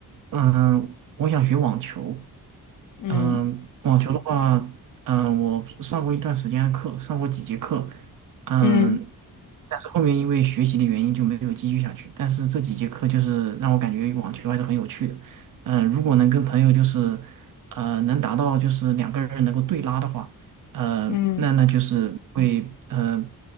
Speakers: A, on the right; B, on the left.
A: 嗯、我想学网球，
B: 嗯
A: 嗯，网球的话，嗯，我上过一段时间的课，上过几节课，嗯，
B: 嗯
A: 但是后面因为学习的原因就没有继续下去。但是这几节课就是让我感觉网球还是很有趣的。嗯，如果能跟朋友就是，呃，能达到就是两个人能够对拉的话，呃，
B: 嗯
A: 那那就是会呃，